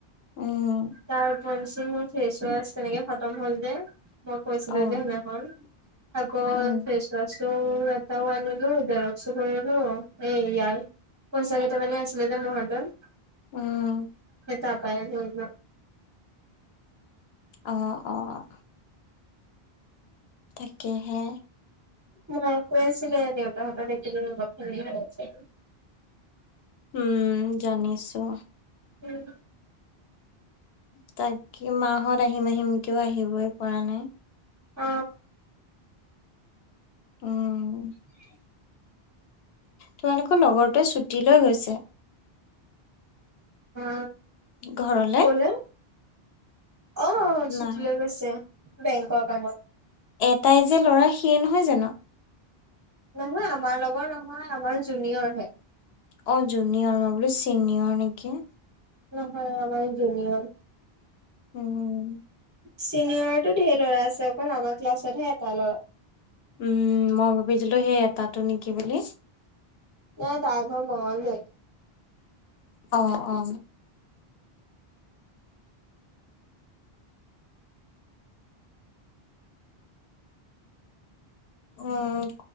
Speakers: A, on the left; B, on the right.
A: উম।
B: তাৰ উপৰঞ্চি মোৰ ফেচ ৱাচ তেনেকে খতম হ'ল যে মই কৈছিলো
A: অ
B: যে সেইদিনাখন। আকৌ
A: উম
B: ফেছৱাছো এটাও আনিলো, জেৰক্সো কৰিলো, এই ইয়াৰ পইচা কেইটা মানে আছিলে যে মোৰ হাতত।
A: উম।
B: সেই তাৰ পাই গ'ল।
A: অঁ অঁ। তাকেহে।
B: মায়ে কৈ আছিলে দেউতাহঁতৰ দেখিলো <unintelligible>
A: উমঁ' জানিছোঁ।
B: উমঁ।
A: তাকে, মাহঁত আহিম আহিম কেও আহিবই পৰা নাই।
B: অঁ।
A: উম।
B: <inaudible>
A: তোমালোকৰ লগৰতোৱে ছুটি লৈ গৈছে।
B: অ।
A: ঘৰলে!
B: কলে অ, ছুটী
A: নাই
B: লৈ গৈছে, বেংকৰ কামত।
A: এটাই যে ল'ৰা, সিয়ে নহয় জানো!
B: নহয়, আমাৰ লগৰ নহয়, আমাৰ জুনিয়ৰ হে।
A: অ, জুনিয়ৰ মই বুলো চিনিয়ৰ নেকি!
B: নহয়, আমাৰ জুনিয়ৰ।
A: উম।
B: চিনিয়ৰৰতো ঢেৰ ল'ৰা আছে, অকল আমাৰ ক্লাছতহে এটা ল'ৰা।
A: উম, মই ভাবিছিলো সেই এটাটো নেকি বুলি!
B: নাই, তাৰ ঘৰ মংগলদৈ।
A: অ, অ। উম।